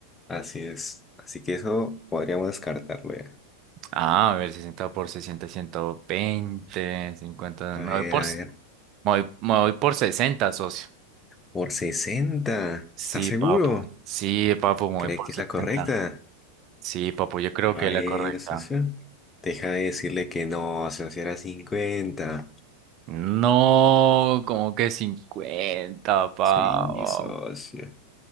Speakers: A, on the left; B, on the right.
A: Así es. Así que eso podríamos descartarlo ya.
B: Ah, a ver, 60 por 60, veinte, cincuenta,
A: A
B: Me
A: ver,
B: voy por,
A: a
B: s-
A: ver.
B: me voy, me voy por 60, socio.
A: Por sesenta
B: Sí,
A: ¿Está seguro?
B: papo. Sí, papo, me
A: ¿Cree
B: voy por
A: que
B: 60.
A: es la correcta?
B: Sí, papo, yo creo
A: A
B: que es
A: ver,
B: la correcta.
A: socio. Deja de decirle que no, socio, si era cincuenta
B: No, como que 50, papo.
A: Sí, socio.